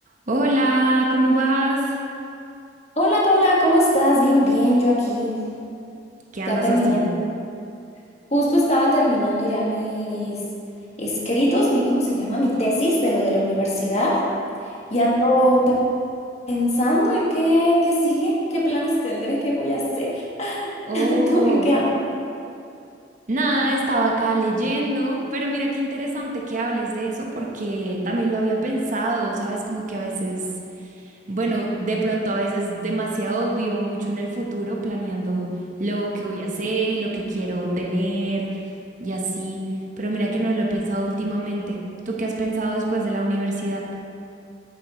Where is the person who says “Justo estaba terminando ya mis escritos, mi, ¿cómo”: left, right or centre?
Left